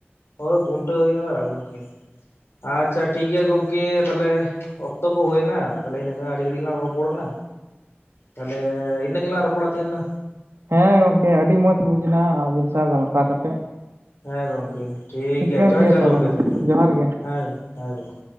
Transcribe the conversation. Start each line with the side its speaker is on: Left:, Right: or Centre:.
Left: ᱦᱳᱭ ᱠᱷᱩᱱᱴᱟᱹᱣ ᱦᱩᱭᱩᱜᱼᱟ ᱜᱚᱝᱠᱮ ᱟᱪᱪᱷᱟ ᱴᱷᱤᱠ ᱴᱷᱤᱠ ᱜᱮᱭᱟ ᱜᱚᱢᱠᱮ ᱛᱟᱦᱚᱞᱮ ᱚᱠᱛᱚ ᱠᱚ ᱦᱩᱭᱮᱱᱟ ᱛᱟᱦᱚᱞᱮ ᱤᱱᱟᱹᱜᱟᱱ ᱟᱹᱰᱤ ᱜᱷᱟᱹᱲᱤᱡ ᱞᱟᱝ ᱨᱚᱯᱚᱲᱮᱱᱟ ᱛᱟᱦᱚᱞᱮ ᱤᱱᱟᱹᱜ ᱜᱮᱞᱟᱝ ᱨᱚᱯᱚᱲᱟ ᱛᱟᱦᱮᱱᱟ᱾
Right: ᱦᱮᱸ ᱜᱚᱝᱠᱮ ᱟᱹᱰᱤ ᱢᱚᱸᱡᱽ ᱵᱩᱡᱽ ᱮᱱᱟ ᱟᱹᱵᱤᱱ ᱥᱟᱶ ᱜᱟᱟᱞᱛᱟᱟᱣ ᱠᱟᱛᱮᱫ
Left: ᱦᱮᱸ ᱜᱚᱢᱠᱮ ᱴᱷᱤᱠ
Right: ᱴᱷᱤᱠᱟᱹᱱ
Left: ᱜᱮᱭᱟ ᱡᱚᱦᱟᱨ ᱡᱚᱦᱟᱨ
Right: ᱛᱟᱦᱚᱞᱮ
Left: ᱜᱚᱢᱠᱮ
Right: ᱢᱟ
Left: ᱛᱟᱦᱮ
Right: ᱡᱚᱦᱟᱨ ᱜᱮ
Left: ᱦᱮᱸ ᱦᱮᱸ ᱜᱚᱢᱠᱮ᱾